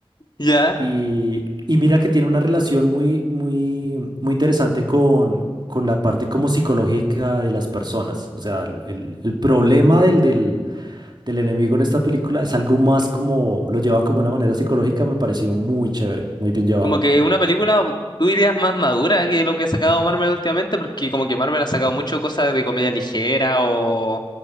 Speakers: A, on the left; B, on the right.
A: Ya.
B: Y, y mira que tiene una relación muy, muy, muy interesante con, con la parte como psicológica de las personas. O sea, el, el problema del, del, del enemigo en esta película es algo más como, lo llevan como de una manera psicológica, me pareció muy chévere, muy bien llevado.
A: Como que una película, tú dirías, más madura que lo que ha sacado Marvel últimamente, porque como que Marvel ha sacado mucho cosas de comedia ligera o,